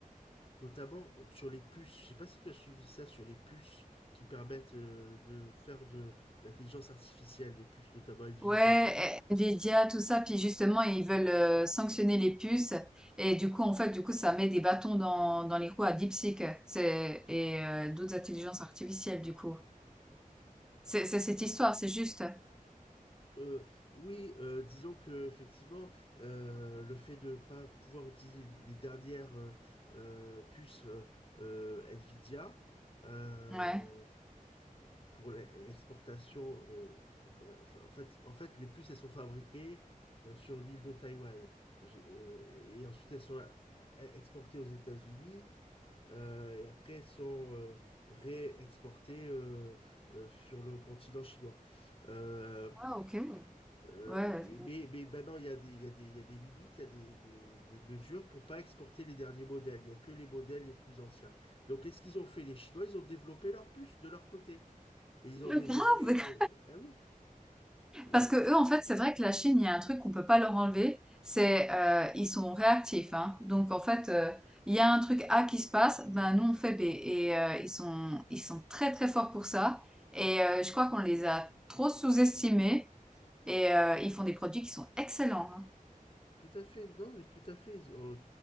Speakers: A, on the left; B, in the centre.
A: notamment sur les puces. Je sais pas si tu as suivi ça sur les puces qui permettent euh, de faire de l'intelligence artificielle, les puces, notamment Nvidia.
B: Ouais, eh, Nvidia, tout ça, puis justement, ils veulent euh, sanctionner les puces. Et du coup, en fait, du coup, ça met des bâtons dans, dans les roues à DeepSeek c'est, et euh, d'autres intelligences artificielles, du coup. C'est c'est cette histoire, c'est juste.
A: Euh, oui, euh, disons que effectivement, euh, le fait de ne pas pouvoir utiliser les dernières euh, euh, puces euh, euh, Nvidia. euh,
B: Ouais.
A: pour l'e- l'exportation. euh, enfin, en fait, en fait, les puces, elles sont fabriquées euh, sur l'île de Taïwan. J'ai- euh, et ensuite, elles sont euh, exportées aux États-Unis. euh, et après, elles sont euh, réexportées euh, euh, sur le continent chinois. Euh,
B: Ah, ok.
A: euh,
B: Ouais.
A: mais, mais maintenant, il y a des, il y a des, il y a des limites, il y a des, des- des mesures pour pas exporter les derniers modèles. Il n'y a que les modèles les plus anciens. Donc, qu'est-ce qu'ils ont fait? Les Chinois, ils ont développé leur puce de leur côté. Et ils ont
B: <laughs>
A: développé...
B: Grave.
A: euh, ah oui. Et,
B: Parce que eux, en fait, c'est vrai que la Chine, il y a un truc qu'on peut pas leur enlever, c'est euh, ils sont réactifs, hein. Donc en fait, euh, il y a un truc A qui se passe, ben nous on fait B. Et euh, ils sont ils sont très très forts pour ça. Et euh, je crois qu'on les a trop sous-estimés. Et euh, ils font des produits qui sont excellents. hein.
A: Tout à fait, non, mais tout à fait. Ils, ont,